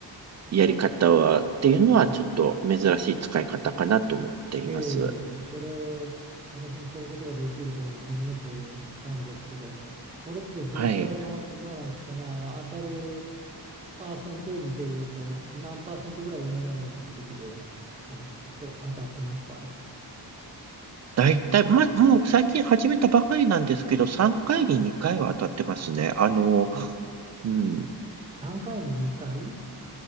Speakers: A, on the right; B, on the right.
A: やり方は、っていうのはちょっと珍しい使い方かなと思っています。
B: ええええへえ、それ、私もそういうことができるというのを初めて知ったんですけど、それって実際どう、
A: はい。
B: どうなんですかね、あの当たるパーセンテージでいうと、何パーセントぐらい今までの実績であのと当たってますか
A: だいたいま、もう最近始めたばかりなんですけど、3回に2回は当たってますね。あの、うん。
B: ?3 回に2回